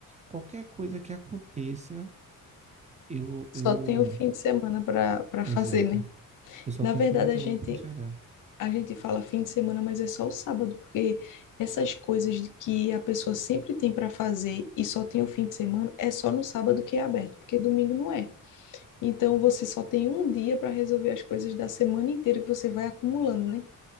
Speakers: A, on the right; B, on the left.
A: qualquer coisa que aconteça, eu
B: Só
A: eu
B: tem o fim de semana para para
A: Exato.
B: fazer, né?
A: Eu só
B: Na
A: tenho
B: verdade,
A: um final de
B: a
A: semana
B: gente
A: para consertar.
B: a gente fala fim de semana, mas é só o sábado, porque essas coisas de que a pessoa sempre tem para fazer e só tem o fim de semana, é só no sábado que é aberto, porque domingo não é. Então você só tem um dia para resolver as coisas da semana inteira que você vai acumulando, né?